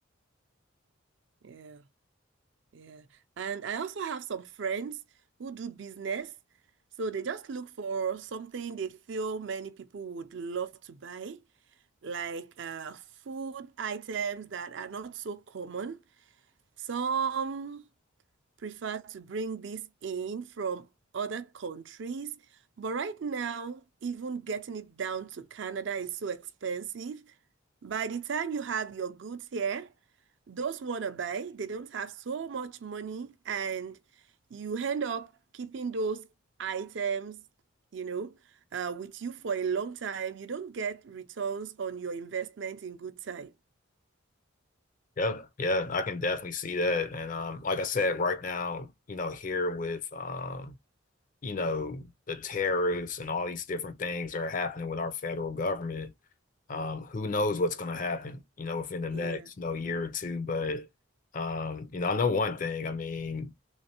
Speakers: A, on the right; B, on the left.
A: yeah Yeah. And I also have some friends who do business. So they just look for something they feel many people would love to buy, like uh, food items that are not so common. Some prefer to bring this in from other countries. But right now, even getting it down to Canada is so expensive. By the time you have your goods here, those wanna buy, they don't have so much money, and you end up keeping those items, you know, uh, with you for a long time. You don't get returns on your investment in good time.
B: Yeah, yeah, I can definitely see that. And um, like I said, right now, you know, here with um, you know, the tariffs and all these different things that are happening with our federal government, um, who knows what's going to happen, you know, within the next,
A: Yeah,
B: you know, year or two. But, um, you know, I know one thing. I mean,